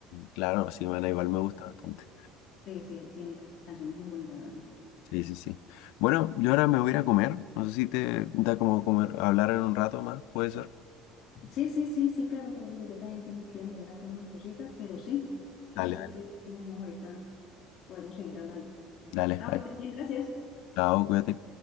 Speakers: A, on the left; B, on the left.
A: claro, sí, bueno, igual me gusta bastante.
B: Sí, sí, él tiene canciones muy bonitas, la verdad.
A: Sí, sí, sí. Bueno, yo ahora me voy a ir a comer. No sé si te da como comer, hablar en un rato más, puede ser.
B: Sí, sí, sí, sí, claro, Rodrigo, yo también tengo que ir a mirar acá unas cositas, pero sí, sí,
A: Dale,
B: yo
A: dale.
B: estoy, vamos, ahorita podemos seguir hablando.
A: Dale,
B: Chao,
A: ahí.
B: que te bien, gracias.
A: Chao, cuídate.